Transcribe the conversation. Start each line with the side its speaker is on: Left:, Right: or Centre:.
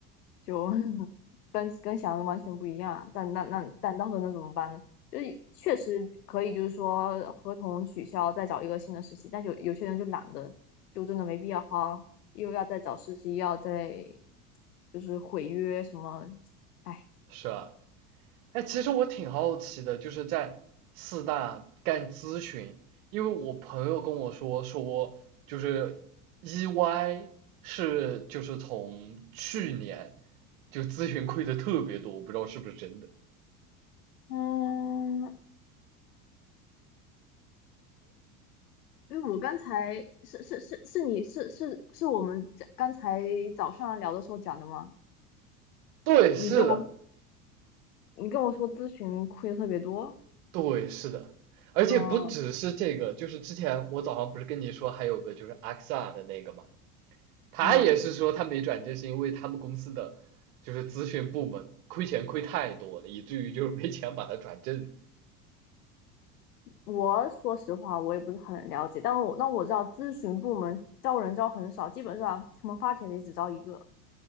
Left: 就 <laughs> 跟跟想的完全不一样。但那那但到时候能怎么办呢？就是确实可以，就是说合同取消，再找一个新的实习。但有有些人就懒得，就真的没必要花，又要再找实习，又要再就是毁约什么，哎。
Right: 是啊，哎，其实我挺好奇的，就是在四大干咨询，因为我朋友跟我说说，就是 EY 是就是从去年就咨询亏的特别多，我不知道是不是真的。
Left: 嗯，因为我刚才是是是是你是是是我们这刚才早上聊的时候讲的吗？
Right: 对，
Left: 你跟我，
Right: 是的，
Left: 你跟我说咨询亏的特别多，
Right: 对，是的，而且不只是这个，
Left: 嗯
Right: 就是之前我早上不是跟你说还有个就是阿克萨的那个嘛，他也是说他没转正是因为他们公司的就是咨询部门亏钱亏太多了，
Left: 嗯，
Right: 以至于就是没钱把他转正
Left: 我说实话，我也不是很了解，但我那我知道咨询部门招人招很少，基本上他们发帖的也只招一个。